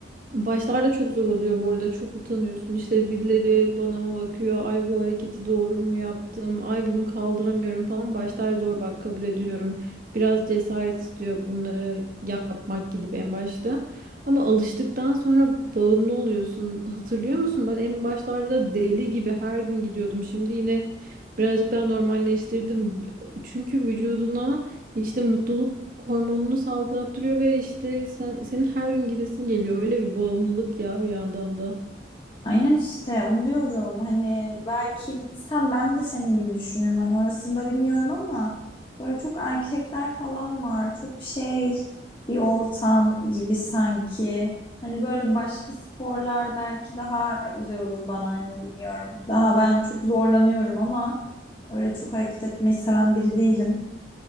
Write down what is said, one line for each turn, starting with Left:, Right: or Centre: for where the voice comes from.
Right: Başlarda çok zor oluyor bu arada. Çok utanıyorsun. İşte birileri bana mı bakıyor? Ay bu hareketi doğru mu yaptım? Ay bunu kaldıramıyorum falan. Başlar zor bak kabul ediyorum. Biraz cesaret istiyor bunları yapmak gidip en başta. Ama alıştıktan sonra bağımlı oluyorsun. Hatırlıyor musun? Ben en başlarda deli gibi her gün gidiyordum. Şimdi yine birazcık daha normalleştirdim. Çünkü vücuduna işte mutluluk hormonunu salgılattırıyor ve işte sen senin her gün gidesin geliyor. Öyle bir bağımlılık ya bir yandan da.
Left: Aynen işte onu diyorum. Hani belki gitsem ben de senin gibi düşünürüm. Hani orasında bilmiyorum ama böyle çok erkekler falan var. Çok şey bir ortam gibi sanki. Hani böyle başka sporlar belki daha güzel olur bana hani bilmiyorum. Daha ben çok zorlanıyorum ama öyle çok hareket etmeyi seven biri değilim.